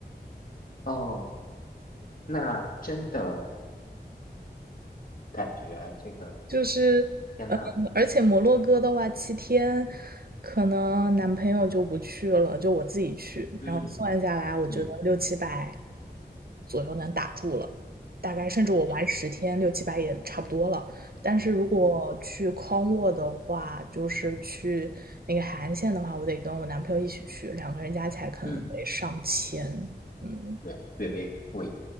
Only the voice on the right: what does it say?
就是，
嗯，而且摩洛哥的话，七天，可能男朋友就不去了，就我自己去，
然后算下来，我觉得六七百
左右能打住了，大概甚至我玩十天，
六七百也差不多了。但是如果去康沃的话，
就是去那个海岸线的话，我得跟我男朋友一起去，两个人加起来可能得上千，
嗯，